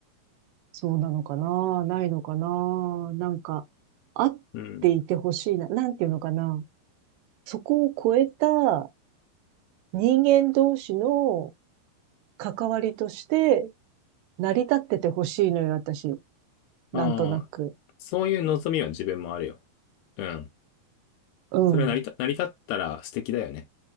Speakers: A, on the right; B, on the left.
A: そうなのかな、ないのかな、なんか、あっていてほしいな、
B: うん。
A: なんていうのかな、そこを超えた人間同士の関わりとして成り立っててほしいのよ、私。なんとなく。
B: まあ、そういう望みは自分もあるよ。うん。
A: うん。
B: それは成り立、成り立ったら素敵だよね。